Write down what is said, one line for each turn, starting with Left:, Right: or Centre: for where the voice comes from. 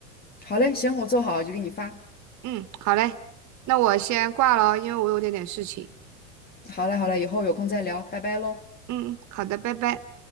Left: 好嘞，行，我做好就给你发。
Right: 嗯，好嘞，那我先挂了哦，因为我有点点事情。
Left: 好嘞，好嘞，以后有空再聊，拜拜喽。
Right: 嗯，好的，拜拜。